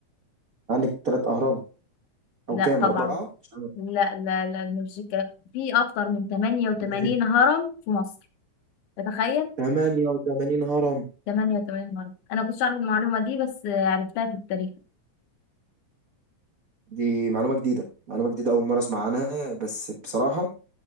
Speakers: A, on the right; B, on the left.
A: عندك ثلاث أهرام أو
B: لا
A: كام
B: طبعا
A: أربعة مش
B: لا لا لا مش كده. في أكتر من 88
A: عارف
B: هرم في مصر تتخيل
A: 88 هرم
B: 88 هرم أنا كنتش أعرف المعلومة دي بس آه، عرفتها في التاريخ
A: دي معلومة جديدة معلومة جديدة أول مرة أسمع عنها بس بصراحة